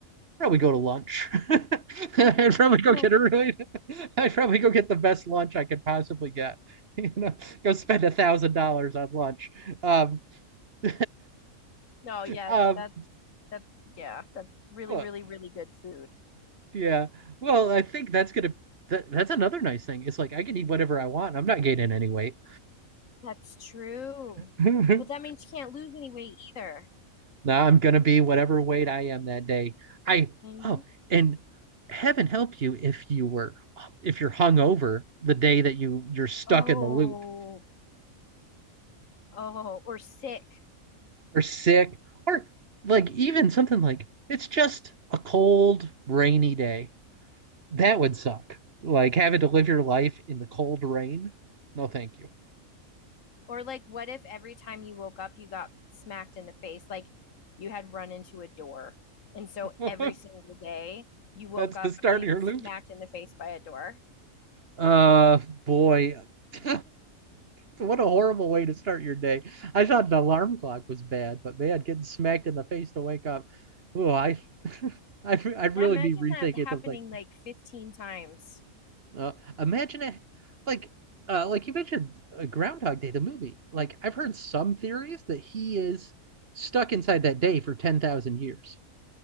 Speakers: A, on the right (about 45°); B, on the left (about 65°).
A: probably go to lunch. <laughs> I'd probably go get
B: <laughs>
A: a really. I'd probably go get the best lunch I could possibly get. <laughs> You know, go spend a thousand dollars on lunch. Um, <laughs>
B: No, yeah,
A: um,
B: that's that's yeah, that's really,
A: well,
B: really, really good food.
A: yeah. Well, I think that's gonna. That, that's another nice thing. It's like I can eat whatever I want. I'm not gaining any weight.
B: That's true.
A: <laughs>
B: But that means you can't lose any weight either.
A: Now I'm gonna be whatever weight I am that day. I
B: Mhm.
A: oh, and heaven help you if you were if you're hungover the day that you you're stuck
B: Oh,
A: in the loop
B: oh, or sick.
A: or sick or like even something like it's just a cold rainy day. That would suck. Like having to live your life in the cold rain. No, thank you.
B: Or like, what if every time you woke up, you got smacked in the face? Like you had run into a door. And so
A: <laughs>
B: every single day you woke
A: That's
B: up
A: the start
B: getting
A: of your
B: smacked
A: loop.
B: in the face by a door.
A: Uh boy. <laughs> what a horrible way to start your day. I thought the alarm clock was bad, but man, getting smacked in the face to wake up. Oh, I, <laughs> I, I'd
B: Now
A: really
B: imagine
A: be rethinking
B: that happening
A: of things.
B: like 15 times.
A: uh, imagine it, like, uh, like you mentioned, uh, Groundhog Day, the movie. Like I've heard some theories that he is stuck inside that day for ten thousand years.